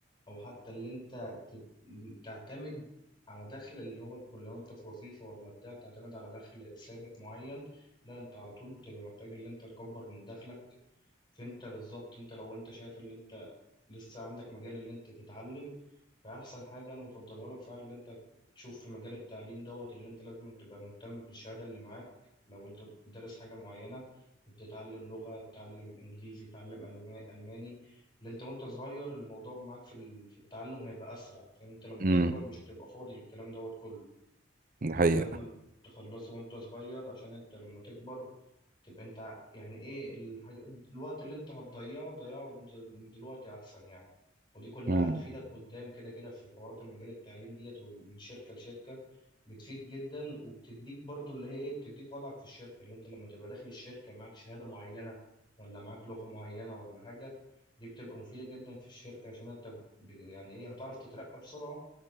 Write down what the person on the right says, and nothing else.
امم
دي
حقيقة
امم